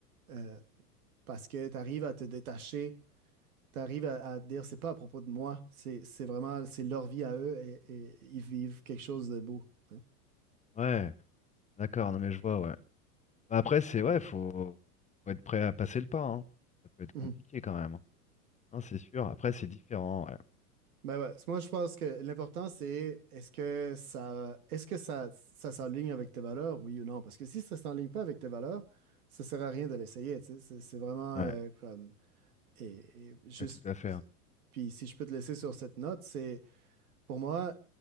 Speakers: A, on the right (about 65°); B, on the left (about 15°).
A: Euh, parce que tu arrives à te détacher, tu arrives à, à dire, c'est pas à propos de moi, c'est c'est vraiment, c'est leur vie à eux et, et ils vivent quelque chose de beau. hein.
B: Ouais, d'accord, non mais je vois, ouais. Bah, après, c'est ouais, faut... faut être prêt à passer le pas, hein. Ça peut être
A: Mhm.
B: compliqué quand même. hein. Non, c'est sûr. Après, c'est différent, ouais.
A: Ben ouais, moi je pense que l'important c'est est-ce que ça est-ce que ça ça s'enligne avec tes valeurs, oui ou non? Parce que si ça s'enligne pas avec tes valeurs, ça sert à rien de l'essayer, tu sais. C'est c'est vraiment
B: Ouais,
A: euh, comme et, et juste
B: ouais, tout à fait. hein.
A: puis si je peux te laisser sur cette note, c'est pour moi